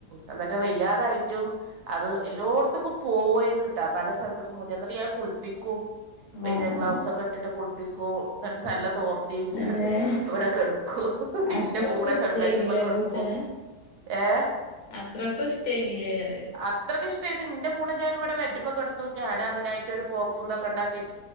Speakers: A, on the right; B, on the left.
A: എന്നിട്ട് വയ്യാതായിട്ടും അത് എല്ലോടത്തക്കും പോവായിരുന്നട്ടാ പല സ്ഥലത്തേക്കും കുളിപ്പിക്കും
B: ആഹ്
A: വ ഗ്ലൗസ
B: ആഹ്
A: ഒക്കെ ഇട്ടിട്ട് കുളിപ്പിക്കും എന്നിട്ട് നല്ല തോർ നി കഴിഞ്ഞാല്
B: ഏഹ്
A: എവിടെ കെടുക്കുവ
B: അത്രക്കും
A: എന്റെ കൂടെ
B: ഇഷ്ടേനില്ലേ
A: മാറ്റുമ്പോ കെടുക്കു
B: പൂച്ചനെ
A: <unintelligible> ഏ
B: അത്രക്കും ഇഷ്ടേനില്ലേ പറയ
A: അത്രക്ക് ഇഷ്ടമായിത് നിന്റെ കൂടെ ഞാനിവിടെ വെറ്റുമ്മൊക്ക എടുത്ത ഞാൻ അതിനായിട്ട് പോപ്പന്തൊക്കെ ഉണ്ടാക്കിട്ട്